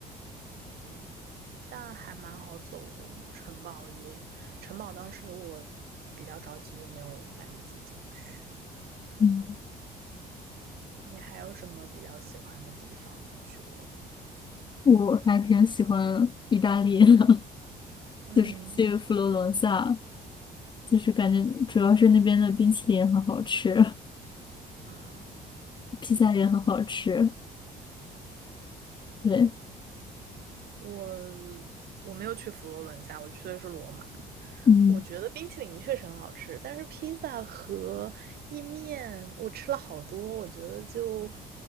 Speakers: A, on the right; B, on the left.
A: 嗯，但还蛮好走的。城堡也，城堡当时我比较着急，就没有来得及进去，
B: 嗯，
A: 嗯。你还有什么比较喜欢的地方吗？去过的？
B: 我还挺喜欢意大利的 <laughs>
A: 嗯
B: 就是去佛罗伦萨。就是感觉主要是那边的冰淇淋也很好吃，
A: 嗯，
B: 披萨也很好吃。对，
A: 我我没有去佛罗伦萨，我去的是罗马。
B: 嗯，
A: 我觉得冰淇淋确实很好吃，但是披萨和意面我吃了好多，我觉得就